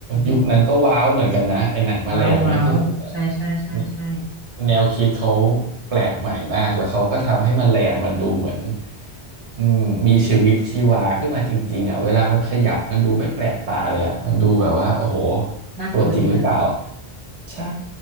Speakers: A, on the right; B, on the left.
A: ยุคนั้นก็ว้าวเหมือนกันนะไอ้หนังแมลงเนี้ยคือแบ
B: มว้าวว้าวใช่ใช่ใช่ใช่
A: บแนวคิดเขาแปลกใหม่มากแล้วเขาก็ทำให้แมลงมันดูเหมือนอืมมีชีวิตชีวาขึ้นมาจริงๆอ่ะเวลามันขยับมันดูไม่แปลกตาเลยอ่ะมันดูแบบว่าโอ้โห
B: น่ากลัวจริงอะเนาะ
A: ตัวจริงหรือเปล่าใช่